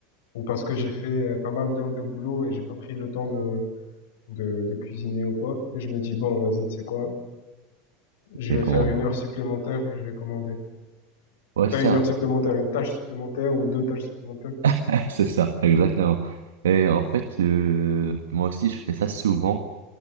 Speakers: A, on the left; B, on the right.
A: ou parce que j'ai fait euh, pas mal d'heures de boulot et j'ai pas pris le temps de, de, de cuisiner ou quoi. Et je me dis, bon, vas-y, tu sais quoi? Je
B: Les
A: vais
B: commandes.
A: faire une heure supplémentaire et je vais commander.
B: Ouais,
A: T'as
B: c'est
A: une
B: ça.
A: heure supplémentaire, une tâche supplémentaire ou deux tâches supplémentaires?
B: <laughs> C'est ça, exactement. Et en fait, le... moi aussi, je fais ça souvent.